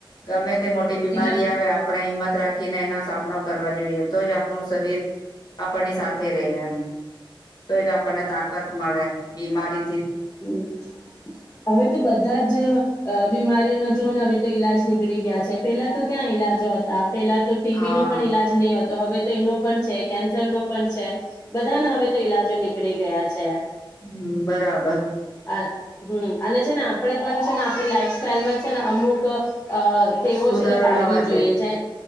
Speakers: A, on the left; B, on the left.
A: ગમે તે મોટી બીમારી
B: એના
A: આવે આપણે હિંમત રાખી બાકીને એનો સામનો કરવા જોઈએ તો જ આપણું શરીર આપણની સાથે ર એમ તો એ તો આપણને તાકાત મળે, બીમારી
B: હમ્મ હવે તો બધા જ બીમારીઓના જોન હવે તો ઈલાજ નીકળી ગયા છે, પેલા તો ક્યાં ઈલાજો હતા પહેલા તો ટીબી
A: હા
B: પણ ઈલાજ નહીં હતો તો હવે તો એનો પણ છે કેન્સર નો પણ છે, બધા ના હવે તો ઈલાજો નીકળે ગ ગયા છે,
A: હમ્મ બરાબર
B: હમ્મ અને છે ને આપણે પણ છે ને આપણી લાઈફ સાઈલમાં છે ને અમુક અ તેઓો
A: સુધારો
B: છે ને પાડવી
A: લાવવા
B: જોઈએ જેમ